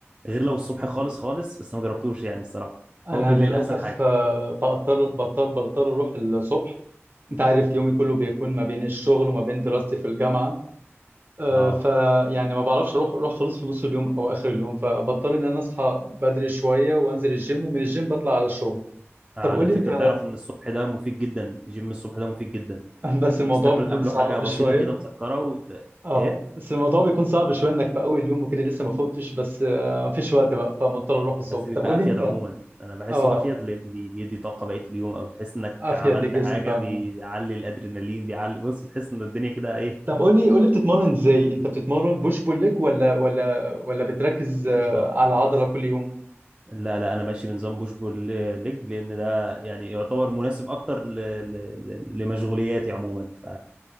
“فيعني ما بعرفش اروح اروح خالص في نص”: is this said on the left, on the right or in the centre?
Right